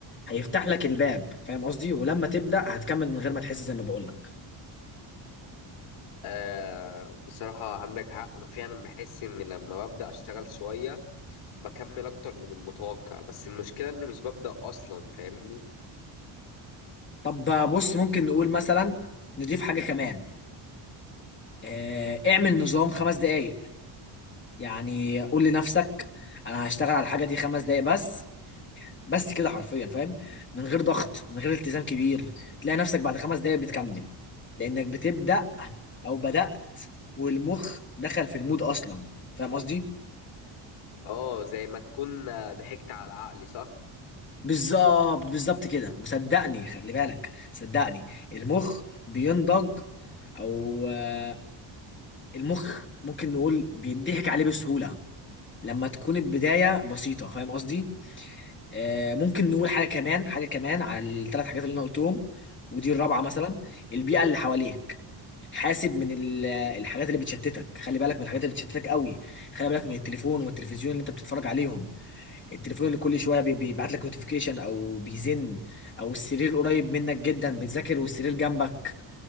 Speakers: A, on the left; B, on the left.
A: هيفتح لك الباب فاهم قصدي ولما تبدأ هتكمل من غير ما تحس زي ما بقول لك
B: آه، بصراحة عندك حق انا فعلا بحس ان لما ببدأ اشتغل شوية بكمل اكتر من المتوقع بس المشكلة اني مش ببدأ اصلا فاهمني
A: طب بص ممكن نقول مثلا نضيف حاجة كمان آه، اعمل نظام خمس دقايق يعني قول لنفسك انا هشتغل على الحاجة دي خمس دقايق بس بس كده حرفيا فاهم من غير ضغط من غير التزام كبير تلاقي نفسك بعد خمس دقايق بتكمل لأنك بتبدأ أو بدأت والمخ دخل في المود أصلا فاهم قصدي
B: اه زي ما تكون آه، ضحكت على عقلي صح
A: بالظبط بالظبط كده وصدقني خلي بالك صدقني المخ بينضج او آه، المخ ممكن نقول بيضحك عليه بسهولة لما تكون البداية بسيطة فاهم قصدي آه، ممكن نقول حاجة كمان حاجة كمان على الثلاث حاجات اللي انا قلتهم ودي الرابعة مثلا البيئة اللي حواليك حاسب من ال- الحاجات اللي بتشتتك خلي بالك من الحاجات اللي بتشتتك قوي خلي بالك من التليفون والتلفزيون اللي انت بتتفرج عليهم التليفون اللي كل شويه بي- بيبعت لك نوتيفيكيشن او بيزن او السرير قريب منك جدا بتذاكر والسرير جنبك